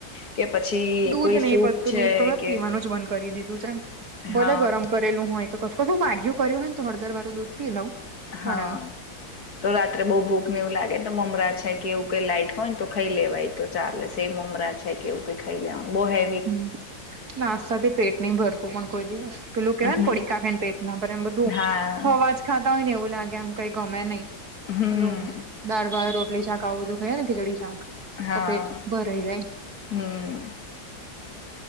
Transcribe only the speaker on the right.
દૂધ
નહીં
પતું
દૂધ તો મેં
પીવાનું જ બંધ કરી દીધું છે ભલે
ગરમ કરેલું હોય કે કશું વાગ્યું કર્યું હોય ને તો હળદર વાળું દૂધ પી લઉં પણ
એમ
હમ્મ નાસ્તા તે પેટ નહી ભર પણ કોઈ દિવસ પેલું કેવાને
પડી કાખેને પેટ ના ભરે એમ બધું
હવાજ ખાતા હોય ને એવું લાગે એમ કઈ ગમે નહી
પેલુ દાળ ભાત રોટલી શાક આવું બધું ખાઈએ ને ખીચડી શાક
તો પેટ ભરાઈ જાય